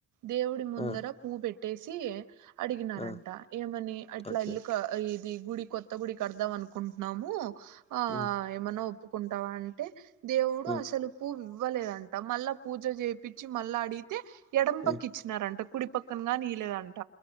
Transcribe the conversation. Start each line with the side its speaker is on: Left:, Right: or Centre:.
Right: దేవుడి ముందర
Left: ఆ!
Right: పూవు పెట్టేసి అడిగినారంట
Left: ఆ!
Right: ఏమని అట్లా
Left: ఓకే.
Right: ఎల్లుక ఇది గుడి కొత్త గుడి కడ్దామనుకుంటున్నాము ఆ
Left: హ్మ్.
Right: ఏమన్నా ఒప్పుకుంటావా అ అంటే దేవుడు
Left: హ్మ్.
Right: అసలు పూవ్వు ఇవ్వలేదంట మళ్ళా పూజ చేపించి మళ్ళా అడి కే ఎడం
Left: హ్మ్.
Right: పకిచ్చినారంట కుడి పక్కన గానీ ఇలేదంట